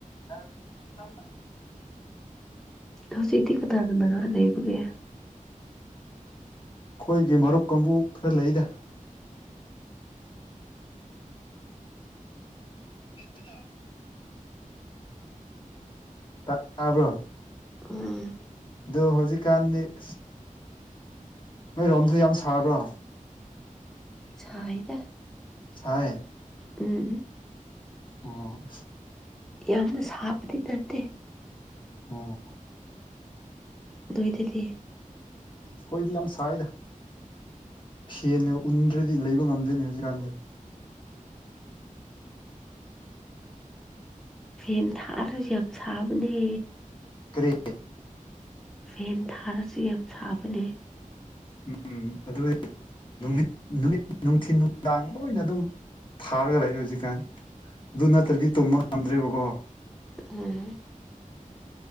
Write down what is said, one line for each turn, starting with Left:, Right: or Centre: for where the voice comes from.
Left: ꯊ
Centre: ꯍꯧꯖꯤꯛꯇꯤ ꯀꯗꯥꯗꯅꯥ ꯂꯩꯕꯒꯦ
Left: ꯑꯩꯈꯣꯏꯒꯤ ꯃꯔꯨꯞ ꯀꯥꯡꯕꯨ ꯈꯔ ꯂꯩꯗ ꯊꯗ ꯇ ꯇꯥꯕ꯭ꯔꯣ
Centre: ꯎꯝ
Left: ꯑꯗ ꯍꯧꯖꯤꯛꯀꯥꯟꯗꯤ ꯑ ꯃꯣꯏꯔꯣꯝꯁꯨ ꯌꯥꯝ ꯁꯥꯕ꯭ꯔꯣ
Centre: ꯁꯥꯏꯗ
Left: ꯁꯥꯏ
Centre: ꯎꯝ
Left: ꯎꯝ
Centre: ꯌꯥꯔꯅ ꯁꯥꯞꯗꯅꯠꯇꯦ
Left: ꯎꯝ
Centre: ꯑꯗꯨꯏꯗꯗꯤ
Left: ꯑꯈꯣꯏꯗꯤ ꯌꯥꯝ ꯁꯥꯏꯗ ꯁꯦꯟꯅ ꯎꯟꯗ꯭ꯔꯗꯤ ꯂꯩꯕ ꯉꯝꯗꯣꯏꯅꯦ ꯍꯧꯖꯤꯛꯀꯥꯟꯗꯤ
Centre: ꯐꯦꯟ ꯊꯥꯔꯁꯨ ꯌꯥꯝ ꯁꯥꯕꯅꯦ
Left: ꯀꯔꯤ
Centre: ꯐꯦꯟ ꯊꯥꯔꯁꯨ ꯌꯥꯝ ꯁꯥꯕꯅꯦ
Left: ꯎꯝ ꯑꯗꯨ ꯅꯨꯃꯤꯠ ꯅꯨꯃꯤꯠ ꯅꯨꯡꯊꯤꯟ ꯅꯨꯡꯗꯥꯡ ꯂꯣꯏꯅ ꯑꯗꯨꯝ ꯊꯥꯔꯒ ꯂꯩꯔꯦ ꯍꯧꯖꯤꯛꯀꯥꯟ ꯑꯗꯨ ꯅꯠꯇ꯭ꯔꯗꯤ ꯇꯨꯝꯕ ꯉꯝꯗ꯭ꯔꯦꯕꯀꯣ
Centre: ꯎꯝ